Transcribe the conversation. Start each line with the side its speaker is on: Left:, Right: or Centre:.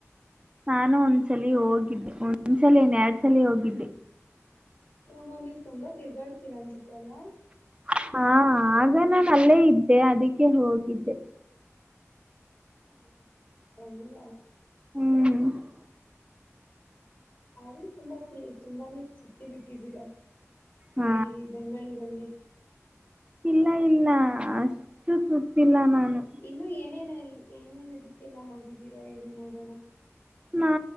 Right: ನಾನು ಒಂದ್ಸಲ ಹೋಗಿದ್ದೆ ಒಂದ್ಸಲನ್ ಎರಡ್ ಸಲ ಹೋಗಿದ್ದೆ
Left: ಹಹೋ ನೀವು ತುಂಬ ತಿರ್ಗಾಡ್ತೀರ ಅನ್ಸೆಲ್ಲಾ
Right: ಹಾ ಆಗ ನಾಾನು ಅಲ್ಲೇ ಇದ್ದೆ ಅದಕ್ಕೆ ಹೋಗಿದ್ದೆ
Left: ಹ್ಮ ತಂಗ
Right: ಹ್ಮ್
Left: ಆದ್ರೆ ತುಂಬಾ ತುಂಬಾನೇ ಸುತ್ತಿ ಬಿಟ್ಟಿದ್ದೀರಾ
Right: ಹಾ
Left: ಇಡೀ ಬೆಂಗಳೂರಲ್ಲಿೇ
Right: ಇಲ್ಲ ಇಲ್ಲ ಅಷ್ಟು ಸುತ್ತಿಲ್ಲ ನಾನು
Left: ಇನ್ನು ಏನೇನ ಏನೇನ ಅದಕ್ಕೆಲ್ಲ ಹೊಂದಿದ್ದೀರಾ ಹೇಳಿ ನೋಡೋಣ
Right: ನಾ